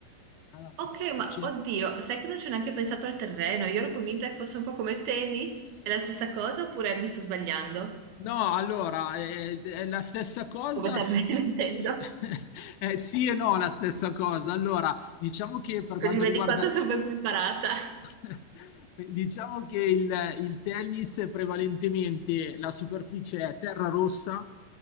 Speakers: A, on the left; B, on the right.
A: alla superficie.
B: Ok, ma oddio, sai che non ci ho neanche pensato al terreno, io ero convinta che fosse un po' come il tennis, è la stessa cosa oppure mi sto sbagliando?
A: No, allora, è, è la stessa cosa,
B: Come terreno
A: sì,
B: <laughs> intendo,
A: <laughs> eh, sì e no, la stessa cosa. Allora, diciamo che per
B: così
A: quanto
B: vedi
A: riguarda...
B: quanto sono ben preparata.
A: <laughs> Diciamo che il, il tennis è prevalentemente la superficie è terra rossa